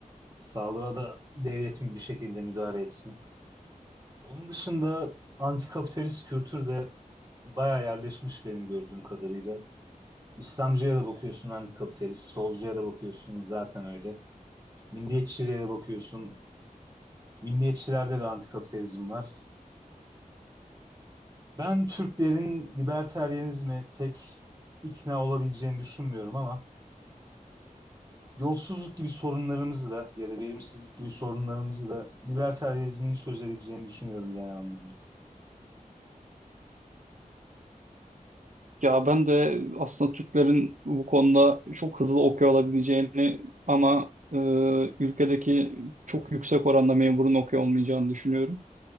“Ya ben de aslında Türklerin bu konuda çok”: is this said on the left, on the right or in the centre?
Right